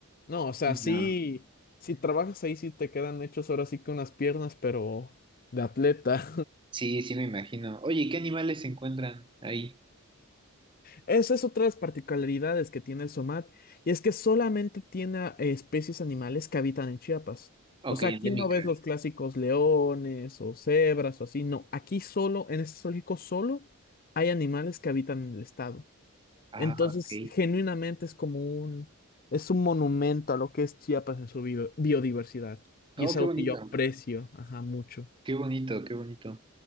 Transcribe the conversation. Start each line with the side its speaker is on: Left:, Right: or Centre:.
Left: no, o sea,
Right: Y
Left: sí,
Right: no.
Left: si trabajas ahí, sí te quedan hechos ahora sí que unas piernas, pero de atleta.
Right: Sí, sí, me imagino. Oye, ¿y qué animales se encuentran ahí?
Left: Esa es otra de las particularidades que tiene el SOMAT, y es que solamente tiene eh, especies animales que habitan en Chiapas.
Right: Ok,
Left: O sea,
Right: endémicas.
Left: aquí no ves los clásicos leones o cebras o así, no. Aquí solo, en este zoológico solo, hay animales que habitan en el estado.
Right: Ah,
Left: Entonces,
Right: ok.
Left: genuinamente es como un, es un monumento a lo que es Chiapas en su bio- biodiversidad. Y
Right: Oh,
Left: es
Right: qué
Left: algo
Right: bonito.
Left: que yo aprecio, ajá, mucho.
Right: Qué bonito, qué bonito.